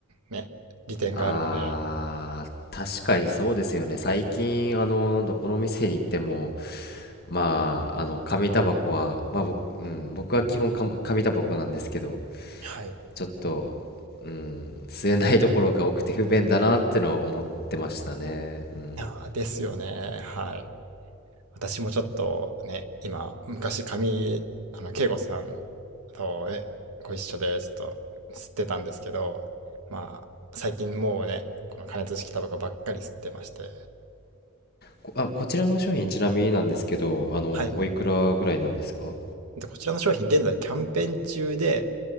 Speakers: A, on the right; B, on the left.
A: ね、利点があるので、
B: あー、確かにそうですよね。最近、あの、どこの店に行っても、まあ、あの、紙タバコは、まあ、僕、うん、僕は基本か紙タバコなんですけど、
A: はい。
B: ちょっと、うん、吸えないところが多くて不便だなってのは思ってましたね。うん。
A: ああ、ですよね。はい。私もちょっとね、今、昔紙、あの、慶吾さんとね、ご一緒で、ちょっと吸ってたんですけど、まあ、最近もうね、この加熱式タバコばっかり吸ってまして、
B: こあ、こちらの商品ちなみになんですけど、あの、
A: はい。
B: おいくらぐらいなんですか
A: で、こちらの商品、現在キャンペーン中で、